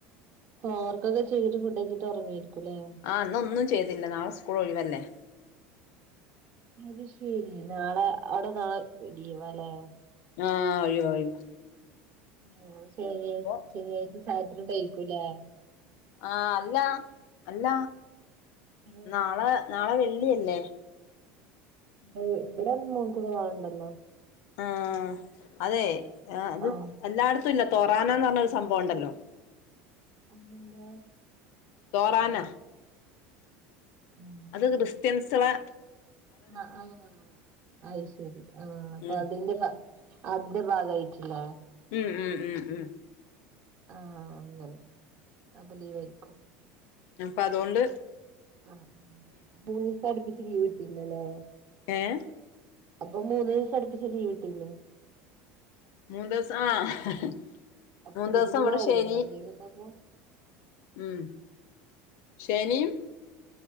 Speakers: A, on the right; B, on the left.
A: ഹോവർക്കൊക്കെ ചെയ്തിട്ട് ഫുഡഴിച്ചിട്ട് ഒറങ്ങേരിക്കുല്ലേ
B: ആ ന്നൊന്നും ചെയ്തില്ല നാളെ സ്കൂൾ ഒഴിവല്ലേ
A: അത് ശെരി നാളെ അവിടെ നാളെ ലീവാല്ലേ
B: ആഹ് ഒഴിവാ ഒഴിവാ
A: ആഹ് ശനി
B: അപ്പൊ
A: ശനിയാഴ്ച സാറ്റർഡേയിക്കുലേ
B: ആഹ് അല്ല അല്ല
A: ഉം
B: നാളെ നാളെ വെള്ളി അല്ലേ
A: ഇ ഇവിടെ മോൾക്കൊക്കെ നാളെണ്ടല്ലോ
B: ആഹ് അതെ അത്
A: ആഹ്
B: എല്ലാടത്തു ഇല്ല തൊറാനാന്ന് പറഞ്ഞൊരു സംഭവൊണ്ടല്ലോ
A: <unintelligible> ആഹ്
B: തോറാന
A: ഉം
B: അത് ക്രിസ്ത്യൻസ്ളെ
A: ആഹ് ആഹ് അയ് ശരി ആഹ് അപ്പതിന്റെ
B: ഉം
A: ഫ അതിന്റെ ഭാഗായിട്ട്ള്ള
B: മ് മ് മ് മ്
A: ആഹ് അങ്ങനെ അപ്പം ലീവായിരിക്കും
B: അപ്പതോണ്ട്
A: ആ മൂന്നീസം അട്പ്പിച്ച് ലീവ് കിട്ടീണ്ടല്ലേ
B: ഏഹ്
A: അപ്പം മൂന്ന് ദീസം അടുപ്പിച്ച് ലീവ്ട്ടില്ലേ
B: മൂന്ന് ദെവസം ആഹ്
A: അപ്പൊ
B: മൂന്ന്
A: വിരുന്ന്
B: ദെവസം ഇവ്ടെ
A: പോവലുണ്ടോ
B: ശനി
A: ലീവ് ഉണ്ടാവുമ്പോ
B: മ് ശനിം